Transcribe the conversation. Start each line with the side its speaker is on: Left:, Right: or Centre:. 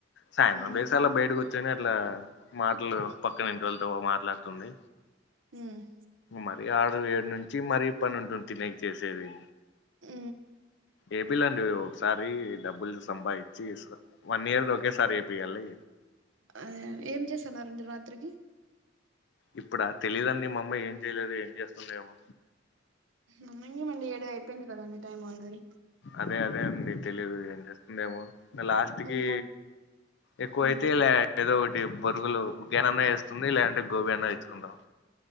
Left: సాయంత్రం
Right: ఉమ్
Left: చాలా బయట కూర్చుని అట్లా మాటలు పక్కన ఇంటి వాళ్ళతో మాట్లాడుతుంది
Right: ఉమ్
Left: మరి ఆరు ఏడు నుంచి మరి పని ఉంటుంది తినేకి చేసేది
Right: ఉ
Left: ఏపీలండి ఒకసారి డబ్బులు సంపాదిచ్చి ఇస్త వన్ ఇయర్ ది ఒకేసారి ఏపియాలి.
Right: అ ఏం చేస్తున్నారండి రాత్రికి.
Left: ఇప్పుడా తెలీయదండి మామ్మ ఏం చేయలేదు ఏం చేస్తుందో ఏమో.
Right: ముందుగానే ఏడు అయిపోయింది కదండి టైం ఆల్రెడీ.
Left: అదే అదే అండి తెలీదు ఏం చేస్తుందో ఏమో. ఇంగ లాస్ట్ కి
Right: ఉమ్
Left: ఎక్కువ
Right: ఉమ్
Left: అయితే లే. ఏదో ఒకటి బొరుగులు గేనన్నా వేస్తుంది లేదంటే గోబీ అన్నా తెచ్చుకుంటాం.